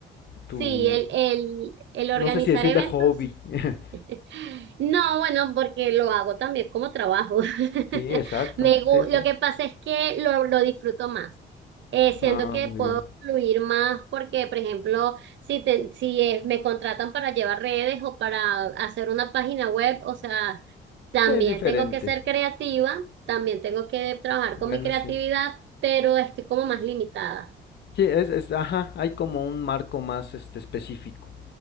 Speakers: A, on the left; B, on the right.
A: tu,
B: Sí, el, el, el organizar
A: no sé si decirle
B: eventos.
A: hobby. <laughs>
B: <laughs> No, bueno, porque lo hago también como trabajo. <laughs>
A: Sí, exacto,
B: Me, gu-
A: sí, exacto.
B: lo que pasa es que lo, lo disfruto más. Eh, siento
A: Ah,
B: que
A: muy
B: puedo
A: bien.
B: fluir más porque, por ejemplo, si, te- si eh, me contratan para llevar redes o para hacer una página web, o sea, también
A: Es diferente.
B: tengo que ser creativa, también tengo que trabajar
A: Bueno,
B: con mi creatividad,
A: sí.
B: pero estoy como más limitada.
A: Sí, es, es, ajá, hay como un marco más este específico